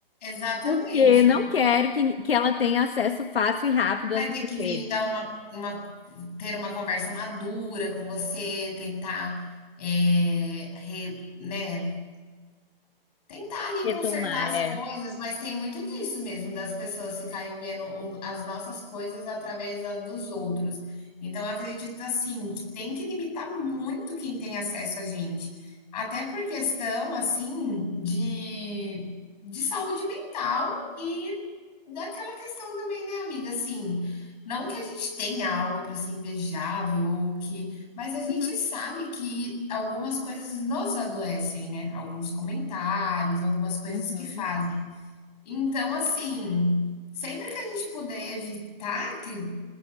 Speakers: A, on the left; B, on the left.
A: Exatamente.
B: Porque não quero que, que ela tenha acesso fácil e rápido
A: Vai
B: às minhas
A: ter que
B: redes.
A: vir dar uma uma ter uma conversa madura com você, tentar, eh, re né, Tentar ali
B: Retomar,
A: consertar as
B: é.
A: coisas, mas tem muito disso mesmo, das pessoas ficarem vendo o as nossas coisas através das dos outros. Então eu acredito, assim, que tem que limitar muito quem tem acesso a gente, até por questão, assim, de de saúde mental e daquela questão também, né, amiga, assim, não que a gente tenha algo para ser invejável ou que mas a gente
B: Uhum,
A: sabe que algumas coisas nos adoecem, né? Alguns comentários, algumas coisas
B: uhum.
A: que fazem. Então, assim, sempre que a gente puder evitar que